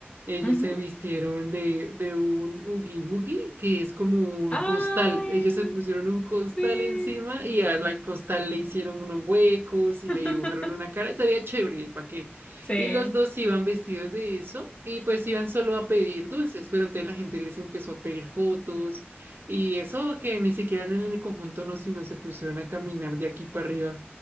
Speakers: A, on the right; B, on the left.
A: Ellos
B: Ujú.
A: se vistieron de, de un oogie boogie, que es como un
B: Ay,
A: costal. Ellos se pusieron un costal
B: sí.
A: encima y a la costal le hicieron unos huecos y
B: <laughs>
A: le dibujaron una cara. Se veía chévere, ¿para qué?
B: Sí,
A: Y los dos iban vestidos de eso y pues iban solo a pedir dulces, pero entonces la gente les empezó a pedir fotos y eso que ni siquiera en el conjunto no, sino se pusieron a caminar de aquí para arriba